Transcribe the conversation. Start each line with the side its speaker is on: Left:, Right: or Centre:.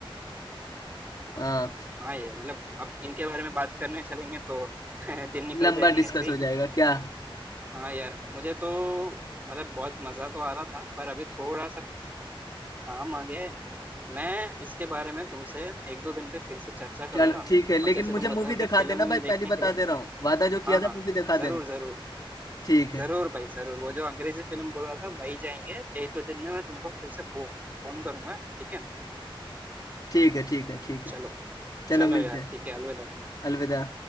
Left: हाँ
Right: हाँ ये मतलब अब इनके बारे में बात करने चलेंगे तो <laughs> दिन निकल
Left: लंबा
Right: जाएंगे
Left: डिस्कस
Right: ऐसे ही
Left: हो जाएगा क्या
Right: हाँ यार मुझे तो मतलब बहुत मजा तो आ रहा था पर अभी थोड़ा सा काम आ गया है मैं इसके बारे में तुमसे एक दो दिन पे फिर से चर्चा करूंगा
Left: चलो ठीक है लेकिन
Right: और जैसे
Left: मुझे
Right: तुम
Left: मूवी
Right: बता रहे
Left: दिखा
Right: थे फिल्म
Left: देना भाई
Right: देखने
Left: पहले
Right: के
Left: बता
Right: लिए
Left: दे रहा हूँ वादा जो किया
Right: हाँ
Left: था
Right: हाँ
Left: मूवी दिखा
Right: जरूर
Left: देना
Right: जरूर
Left: ठीक है
Right: जरूर भाई जरूर वो जो अंग्रेजी फिल्म बोल रहा था वही जाएंगे एक दो दिन में मैं तुमको फिर से फोन करूंगा ठीक है
Left: ठीक है ठीक है ठीक है
Right: चलो
Left: चलो
Right: चलो
Left: मिलते
Right: यार
Left: हैं
Right: ठीक है अलविदा
Left: अलविदा